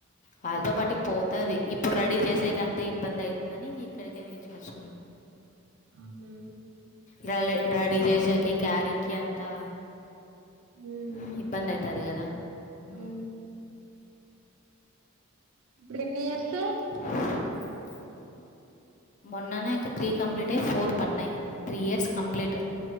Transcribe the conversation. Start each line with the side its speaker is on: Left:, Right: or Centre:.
Left: వాళ్ళతో
Right: హ్మ్.
Left: పాటు పోతది ఇప్పుడు రెడీ చేసే అంత ఇబ్బంది అయితుందని ఇంగా ఇక్కడికే పిలుచు కచ్కు
Right: అవునా
Left: గాలే రెడీ చేసాకి ఇ క్యారీకి అంతా
Right: ఉమ్
Left: హు ఇబ్బంది. అవుతది కదా హు
Right: అవును ఎప్పుడెన్నేయర్స్
Left: <inaudible> మొన్ననే ఒక త్రీ కంప్లీట్ అయి ఫోర్ పన్నాయ్ త్రీ ఇయర్స్ కంప్లీట్